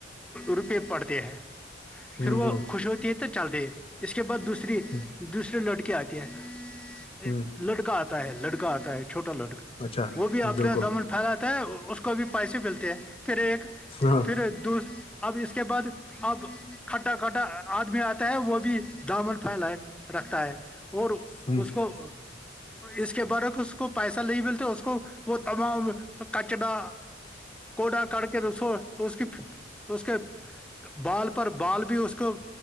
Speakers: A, in the centre; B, on the left (about 30°).
A: روپئے پڑتے ہیں
B: ہوں
A: پھر وہ
B: ہوں
A: خوش ہوتی ہے تو چلتے ہے اس کے بعد دوسری
B: ہوں
A: دوسریے لڑکے آتی ہے
B: ہوں
A: لڑکا آتا ہے لڑکا آتا ہے چھوٹا لڑکا
B: اچھا
A: وہ بھی اپنے
B: بالکل
A: دمن پھیلاتا ہے اس کو بھی پیسے ملتے ہیں پھر ایک
B: ہاں
A: پھر دوس اب اس کے بعد اب کھٹا کھٹا آدمی آتا ہے وہ بھی دامن پھیلائے رکھتا ہے اور
B: ہوں
A: اس کو اس کے برک اس کو پیسہ نہیں ملتے اس کو وہ تمام کچڑا گڈا کڑ کے رسو اس کی اس کے بال پر بال بھی اس کو